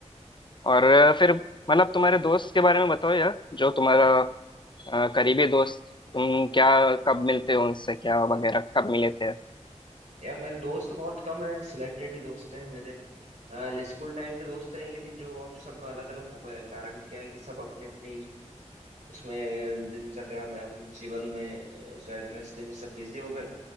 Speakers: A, on the left; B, on the right.
A: और फिर मतलब तुम्हारे दोस्त के बारे में बताओ यार जो तुम्हारा अ, करीबी दोस्त तुम क्या कब मिलते हो उनसे क्या वगैरह कब मिले थे
B: यार मेरे दोस्त बहुत कम है सिलेक्टेड ही दोस्त हैं मेरे अ, स्कूल टाइम के दोस्त हैं लेकिन जो अब सब अलग अलग हो गए कारण क्या है कि सब अपने अपनी उसमें दिनचर्या में अपने जीवन में अ, घर गृहस्थी में सब बिजी हो गए